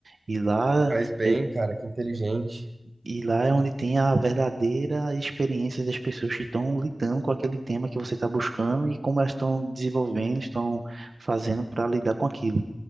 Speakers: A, on the right; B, on the right.
A: e lá,
B: Faz bem,
A: é-
B: cara, que inteligente.
A: e lá é onde tem a verdadeira experiência das pessoas que estão lidando com aquele tema que você está buscando e como elas estão desenvolvendo, estão fazendo para lidar com aquilo.